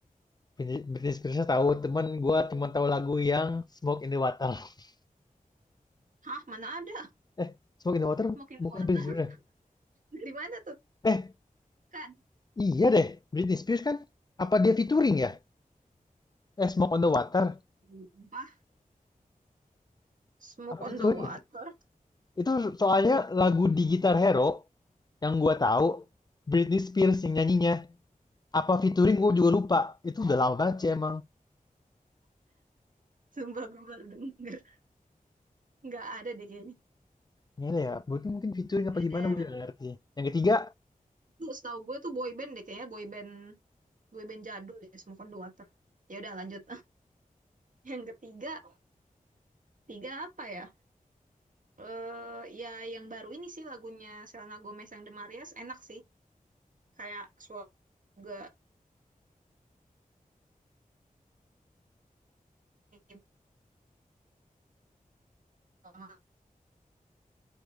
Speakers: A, on the left; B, on the right.
A: Britney Britney spears tahu, cuman gua cuman tahu lagu yang Smoke in the Water. <laughs>
B: Hah, mana ada?
A: Eh, Smoke in the Water
B: Mungkin
A: bukan
B: the Water.
A: Britney Spears ya?
B: <laughs> Dari mana tuh?
A: Eh,
B: Kan.
A: iya deh, Britney Spears kan? Apa dia featuring ya? Eh, Smoke on the Water,
B: Sumpah. Smoke
A: apa featuring
B: on the Water.
A: gitu? Itu soalnya lagu di Guitar Hero yang gua tahu Britney Spears yang nyanyinya. Apa featuring gue juga lupa, itu udah lama banget sih emang.
B: <laughs> Sumpah gue baru denger. nggak ada deh kayaknya
A: Gimana ya, mungkin mungkin featuring
B: nggak
A: apa gimana
B: ada.
A: gue juga nggak ngerti. Yang ketiga,
B: itu setahu gue tuh boy band deh kayaknya boy band boy band jadul deh Smoke on the Water ya udah lanjut <laughs> yang ketiga tiga apa ya eh ya yang baru ini sih lagunya Selena Gomez yang The Marias enak sih kayak suara juga ini banget